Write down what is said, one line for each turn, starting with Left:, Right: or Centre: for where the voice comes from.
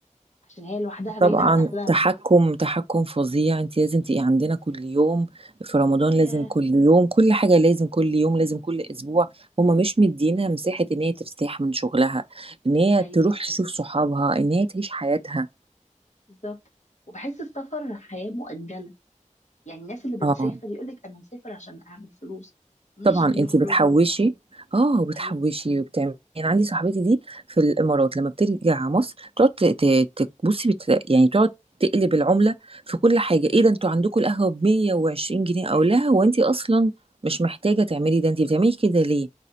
Left: عشان هي لوحدها بعيده
Right: طبعا
Left: عن اهلها
Right: تحكم تحكم فظيع انت لازم تبقي عندنا كل يوم في رمضان لازم
Left: ياه
Right: كل يوم كل حاجة لازم كل يوم لازم كل أسبوع هما مش مدينها مساحة إن هي ترتاح من شغلها إن هي
Left: اي
Right: تروح تشوف صحابها إن هي تعيش حياتها
Left: بالظبط وبحس السفر حياه مؤجله يعني الناس اللي بتسافر
Right: اه
Left: يقول لك انا مسافر عشان اعمل فلوس مش
Right: طبعا
Left: بيخرجوا
Right: انت بتحوشي اه وبتحوشي
Left: ايوه
Right: وبتعملي يعني عندي صاحبتي دي في الامارات لما بترجع مصر تقعد ت- ت- ت- بصي بت... يعني تقعد تقلب العمله في كل حاجه ايه ده انتوا عندكم القهوه ب 120 جنيه او لا هو انت اصلا مش محتاجه تعملي ده انت بتعملي كده ليه